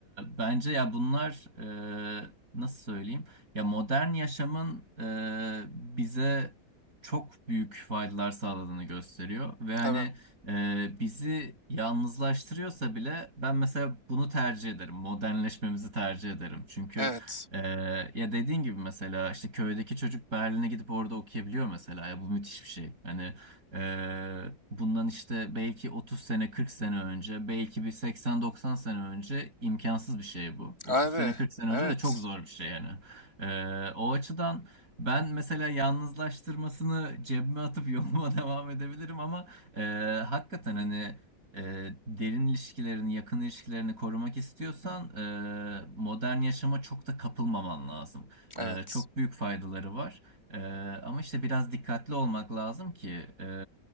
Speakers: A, on the right; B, on the right.
A: bence ya bunlar e, nasıl söyleyeyim? Ya modern yaşamın e, bize çok büyük faydalar sağladığını gösteriyor ve hani
B: Tabii.
A: e, bizi yalnızlaştırıyorsa bile ben mesela bunu tercih ederim. Modernleşmemizi tercih ederim. Çünkü
B: Evet.
A: e, ya dediğin gibi mesela işte köydeki çocuk Berlin'e gidip orada okuyabiliyor mesela. Ya bu müthiş bir şey. Hani e, bundan işte belki 30 sene 40 sene önce belki bir 80-90 sene önce imkansız bir şey bu. 30
B: Abi
A: sene 40 sene
B: evet.
A: önce de çok zor bir şey yani. Ee, o açıdan ben mesela yalnızlaştırmasını cebime atıp yoluma <laughs> devam edebilirim ama e, hakikaten hani e, derin ilişkilerini, yakın ilişkilerini korumak istiyorsan e, modern yaşama çok da kapılmaman lazım. E,
B: Evet.
A: çok büyük faydaları var. E, ama işte biraz dikkatli olmak lazım ki e,